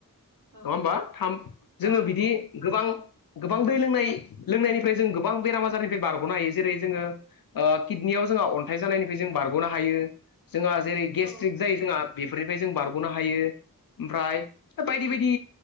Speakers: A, on the right; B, on the left.
A: औ
B: नङा होमबा? थाम जोङो
A: औ नंगौ
B: बिदि गोबां गोबां दै लोंनाय-लोंनायनिफ्राय जों गोबां बेराम आजारनिफ्राय बारग'नो हायो। जेरै- जोङो ओ किडनियाव जों अन्थाइ जानायनिफ्राय जों बारग'नो हायो। जोंहा जेरै- गेस्ट्रिक
A: औ
B: जायो जोंहा बेफोरनिफ्राय जों बारग'नो हायो। ओमफ्राय
A: औ
B: बायदि बायदि